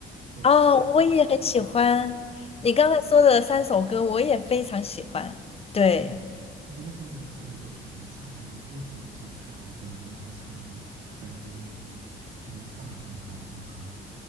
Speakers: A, on the right; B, on the left.
A: 对，
B: 哦，
A: 这三嗯嗯
B: 我也很喜欢你刚才说的三首歌，
A: 嗯，
B: 我也非常喜欢。对。
A: 对，而且这三首歌也都挺难唱，很凸显就是他的本人的那个唱功和那个音域，就能唱得很高很高。